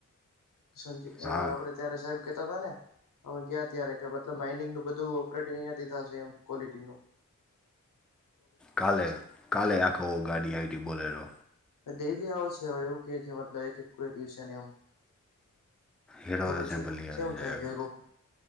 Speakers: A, on the left (about 85°); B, in the centre.
A: સંજી
B: હા
A: અ આપડે જયારે સાહેબ કેતા તા ને અમે ગ્યા ત્યારે કે મતલબ માઇનિંગનું બધું ઓપરેટિંગ અઈયાથી થાશે એમ ક્વોલિટીનું
B: કાલે કાલે રાખો ગાડી આઈ ટી બોલેરો
A: ડેયલી આવે છે હવે એવું કે છે મતલબ એક એક દિવસેને એમ
B: હેડવાનો
A: તો પછી
B: સેમ્પલ લઈ
A: કેમ
B: આવે
A: થાય
B: છે.
A: ભેગું